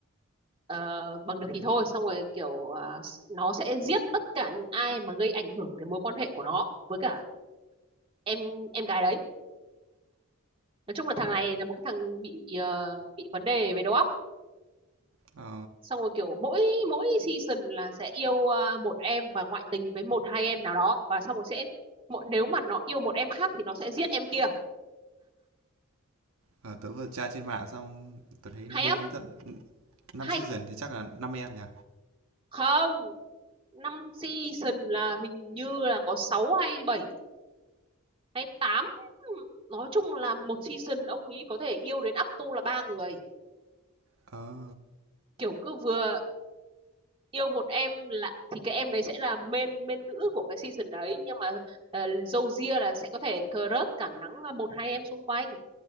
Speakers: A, on the right; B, on the right.
A: Ờ, bằng được thì thôi xong rồi kiểu ờ, s- nó sẽ giết tất cả những ai mà gây ảnh hưởng đến mối quan hệ của nó với cả em em gái đấy nói chung là thằng này là một cái thằng bị ờ, bị vấn đề về đầu óc
B: Ờ,
A: xong rồi kiểu mỗi mỗi season là sẽ yêu à, một em và ngoại tình với một hai em nào đó và xong rồi sẽ mỗi nếu mà nó yêu một em khác thì nó sẽ giết em kia
B: ờ, tớ vừa tra trên mạng xong tớ thấy nó
A: hay
B: bôi
A: không
B: đến tận 5
A: hay
B: season thì chắc là 5 em nhỉ?
A: không năm season là hình như là có sáu hay bảy hay tám nói chung là một season ông ấy có thể yêu đến up to là ba người
B: Ờ,
A: kiểu cứ vừa yêu một em là thì cái em đấy sẽ là main main nữ của cái season đấy nhưng mà uh, dâu ria là sẽ có thể crush cảm nắng ờ, một hai em xung quanh